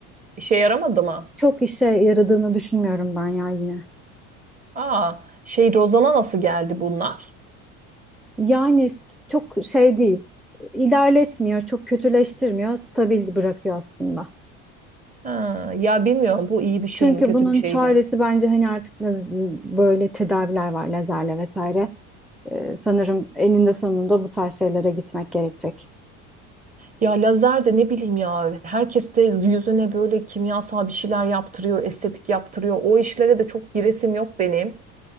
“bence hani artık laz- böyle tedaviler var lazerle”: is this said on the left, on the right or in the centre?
Centre